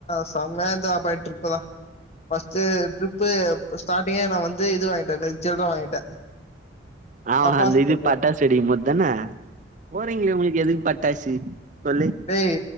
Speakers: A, on the left (about 35°); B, on the right (about 40°).
A: செம்மையா என்ஜாய் அப்பாய ட்ரிப்புதா ஃபர்ஸ்ட்டு ட்ரிப் ப்பு ஸ்டார்டிங்கே நா வந்து இது வாய்ன்டே நேத் சில்ர வாங்கிட்டே
B: ஆமா
A: தப்பாஸ்
B: அந்த இது
A: சொல்ற
B: பட்டாசு வெடிக்கும்போத்தான போறீங்ளே உங்ளுக்கு எதுக்கு பட்டாசு சொல்லு
A: ஏய்